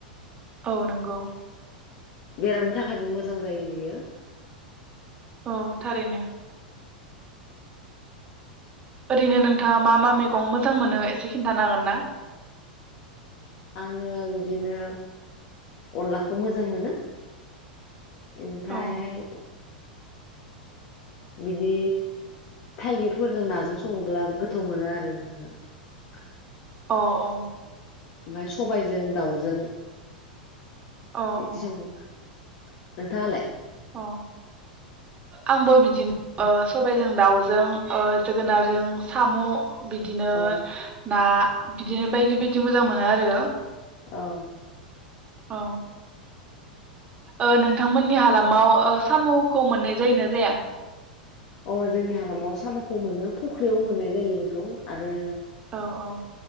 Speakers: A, on the right (about 25°); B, on the left (about 50°).
A: औ नंगौ।
B: बेरामनि थाखायबो मोजां जायो बेयो।
A: औ थारैनो। ओरैनो नोंथाङा मा मा मैगं मोजां मोनो एसे खिन्थान हागोन ना?
B: आङो बिदिनो अनलाखौ मोजां मोनो ओमफ्रायहाय
A: औ
B: बिदि थाइगिरफोरजों नाजों सङोब्ला गोथाव मोनो आरो बेफोरखो
A: अ अ
B: ओमफाय सबायजों दाउजों
A: औ
B: बेदि
A: औ
B: सं नोंथाङालाय?
A: अ आंबो बिदिनो ओ सबायजों दाउजों ओ जोगोनारजों साम' बिदिनो
B: औ
A: ना बिदिनो बायदि बायदि मोजां मोनो आरो।
B: औ
A: औ ओ नोंथांमोननि हालामाव ओ साम'खौ मोननाय जायोना जाया?
B: अ जोंनि हालामाव साम'खौ मोनो फख्रियाव मोननाय जायो बेखौ आरो
A: औ औ